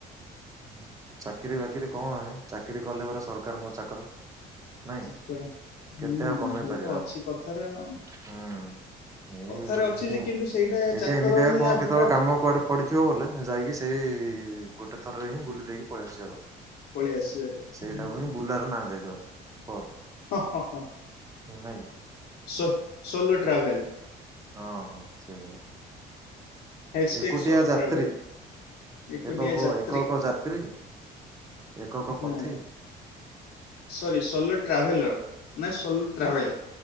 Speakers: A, on the right (about 20°); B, on the left (about 70°).
A: ହଁ ଚାକିରି ବାକିରି। କଣ ଚାକିରି କଲେ ପରା ସରକାରଙ୍କ ଚାକର। ନାଇଁ
B: ଚାକର ହୁଁ
A: କେତେ ଆଉ କମେଇ
B: ସେ
A: ପାରିବା
B: ତ
A: ଆମେ
B: ଅଛି କଥାରେ ଆଉ।
A: ହୁଁ ଏଇ
B: କଥାରେ ଅଛି ଯେ କିନ୍ତୁ ସେଇଟା
A: ଏ
B: ଚାକର
A: ଏମିତିଆ
B: ହିଁ
A: କଣ
B: ଆଜିକା
A: କେତେବେଳେ କାମ କୁଆଡେ ପଡିଥିବ ବଲେ ଯାଇକି ସେଇ ଗୋଟେ ଥରରେ ହିଁ ବୁଲି ଦେଇକି ପଳଆସିବା କଥା।
B: ପଳେଇ ଆସିବା କଥା।
A: ସେଇଟାକୁ ହିଁ ବୁଲାର ନାଁ ଦେଇଦବା ପରେ
B: ହଁ ହଁ ହଁ
A: ନାଇଁ
B: ସ ସୋଲୋ ଟ୍ରାଭେଲ୍।
A: ହଁ ହଁ ସେଇଭଳିଆ।
B: ହ୍ୟାସଟ୍ୟାଗ
A: ଏକୁଟିଆ
B: ସୋଲୋ
A: ଯାତ୍ରୀ
B: ଟ୍ରାଭେଲ ଏକୁଟିଆ
A: ଏକକ
B: ଯାତ୍ରୀ
A: ଏକକ ଯାତ୍ରୀ ଏକକ
B: ହଁ
A: ପଥୀ।
B: ସରି ସୋଲୋ ଟ୍ରାଭେଲର ନାଇଁ ସୋଲୋ ଟ୍ରଭେଲ